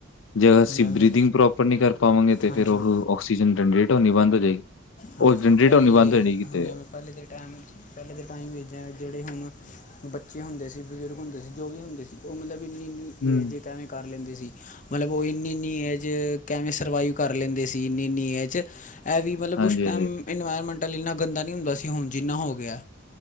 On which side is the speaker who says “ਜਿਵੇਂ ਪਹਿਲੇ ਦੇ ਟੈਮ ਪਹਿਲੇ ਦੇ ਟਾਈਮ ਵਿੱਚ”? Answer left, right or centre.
Left